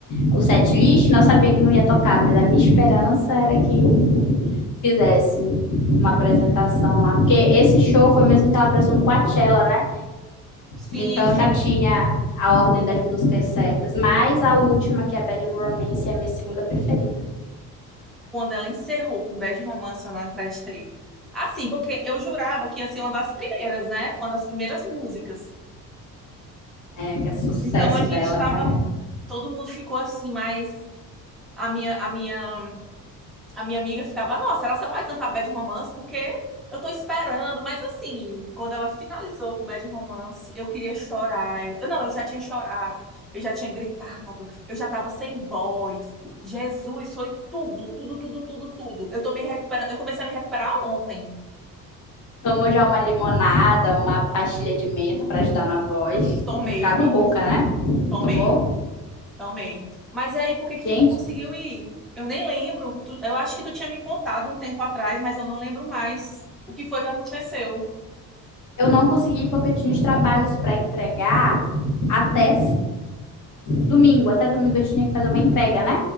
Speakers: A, on the left (about 40°); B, in the centre.
A: o setlist, né, eu sabia que não ia tocar, mas a minha esperança era que fizesse uma apresentação lá. Porque esse show foi mesmo que ela prestou no Coachella, né?
B: Sim,
A: Então
B: sim.
A: já tinha a ordem das músicas certas, mas a última, que é Bad Romance, é a minha segunda preferida.
B: Quando ela encerrou com Bad Romance, eu não acreditei. Assim, porque eu jurava que ia ser uma das primeiras, né? Uma das primeiras músicas.
A: É, que é sucesso
B: Então a gente
A: dela,
B: tava,
A: cara.
B: todo mundo ficou assim, mas a minha, a minha, a minha amiga ficava, nossa, será que ela vai cantar Bad Romance? Porque eu tô esperando, mas assim, quando ela finalizou com Bad Romance, eu queria chorar. Eu, eu não, eu já tinha chorado, eu já tinha gritado, eu já tava sem voz. Jesus, foi tudo, tudo, tudo, tudo, tudo. Eu tô me recuperando, eu comecei a me recuperar ontem.
A: Tomou já uma limonada, uma pastilha de menta para ajudar na voz.
B: Tomei,
A: Tô ficado
B: amiga,
A: rouca,
B: juro.
A: né?
B: Tomei.
A: Tomou?
B: Também. Mas aí, por que que
A: Gente,
B: tu não conseguiu ir? Eu nem lembro. Tu- eu acho que tu tinha me contado um tempo atrás, mas eu não lembro mais o que foi que aconteceu.
A: eu não consegui porque eu tinha os trabalhos para entregar até domingo. Até domingo eu tinha que fazer uma entrega, né?